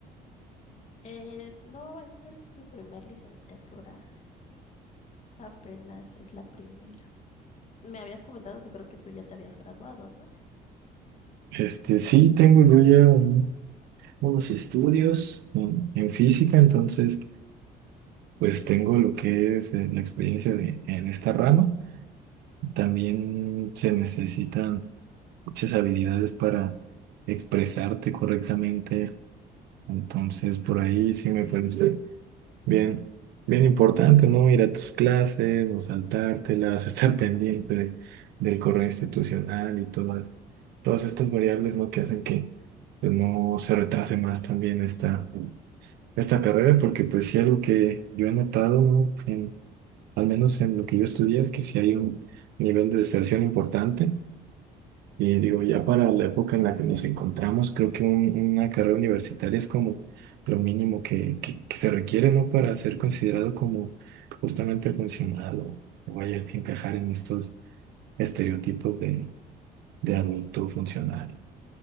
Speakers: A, on the left (about 40°); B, on the right (about 75°).
A: Eh, no, esta es mi primer licenciatura, apenas es la primera. Me habías comentado que creo que tú ya te habías graduado, ¿no?
B: Este, sí, tengo yo ya un- unos estudios en en física, entonces... Pues tengo lo que es eh, la experiencia de, en esta rama. También se necesitan muchas habilidades para expresarte correctamente. Entonces, por ahí sí me parece bien, bien importante, ¿no? Ir a tus clases, no saltártelas, <laughs> estar pendiente de- del correo institucional y todo, todas estas variables, ¿no? Que hacen que pues, no se retrase más también esta, esta carrera, porque pues sí algo que yo he notado, ¿no? al menos en lo que yo estudié, es que si hay un nivel de deserción importante. Y digo, ya para la época en la que nos encontramos, creo que un- una carrera universitaria es como lo mínimo que, que- que se requiere, ¿no? Para ser considerado como justamente funcional o, o vaya a encajar en estos estereotipos de, de adulto funcional